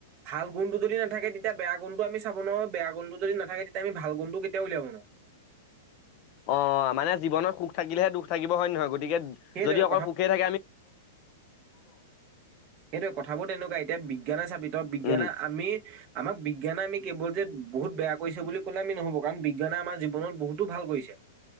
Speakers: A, on the right; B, on the left.
A: ভাল গুণ যদি নাথাকে তেতিয়া বেয়া গুণটো আমি চাব নোৱাৰো বেয়া গুণটো যদি নথাকে তেতিয়া আমি ভাল গুণটো ত কেতিয়াও ওলাব নোৱাৰে।
B: অ', মানে জীৱনত সুখ থাকিলেহে দুখ থাকিব হয় নহয় গতিকে
A: সেইটোৱে
B: যদি অকল সুখে থাকে আমি
A: সেইটো কথাবোৰ তেনেকুৱা এতিয়া বিজ্ঞানে চাবিতয় বিজ্ঞানে
B: উম
A: আমি আমাক বিজ্ঞানে আমি কেৱল যে বহুত বেয়া কৰিছে বুলি ক'লে আমি নহ'ব, কাৰণ বিজ্ঞানে আমাৰ জীৱনত বহুতো ভাল কৰিছে।